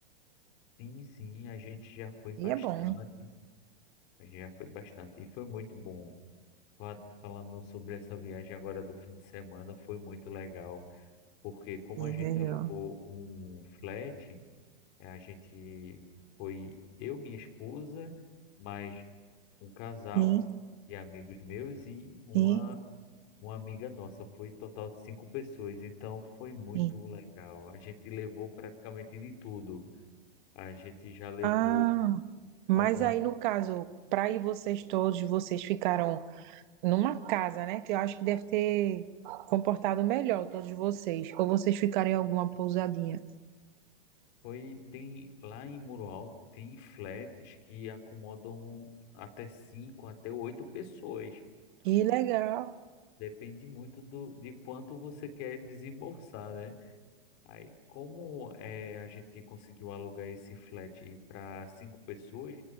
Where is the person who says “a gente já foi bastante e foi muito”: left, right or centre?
Left